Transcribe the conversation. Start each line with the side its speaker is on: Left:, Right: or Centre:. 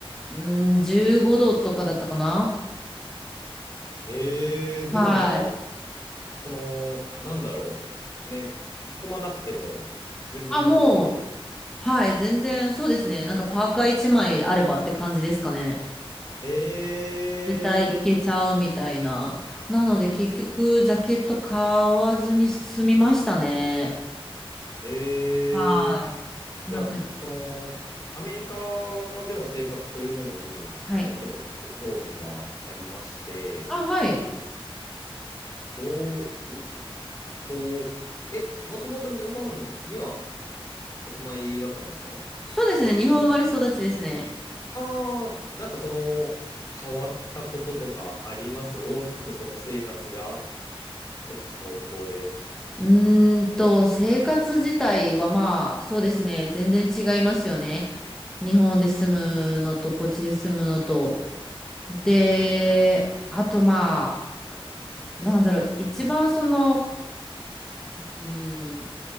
Centre: うん、15度とかだったかな。
Left: えー、
Centre: はい。
Left: でもまあ、その、なんだろう。ね、着込まなくても全然すごく。
Centre: あ、もう、はい、全然そうですね。なんかパーカー1枚あればって感じですかね。
Left: え
Centre: だいたいいけちゃうみたいな。なので結局ジャケット買わずに済みましたね。
Left: ー、えー、
Centre: はい。
Left: いや、
Centre: なんか、
Left: その、アメリカでの生活というものに、
Centre: はい。
Left: なんかちょっとこう興味がありまして、
Centre: あ、はい。
Left: どう、んこう、え、もともと日本にはお住まいだったんですか
Centre: そうですね。日本生まれ育ちですね。
Left: ああー、なんかその、変わったこととかあります大きくその生活が、こっちと向こうで。
Centre: うーんと、生活自体はまあ、そうですね。全然違いますよね。日本で住むのと、こっちで住むのと。
Left: はい。
Centre: で、
Left: うん、
Centre: あとまあ、なんだろう、一番その、うーん、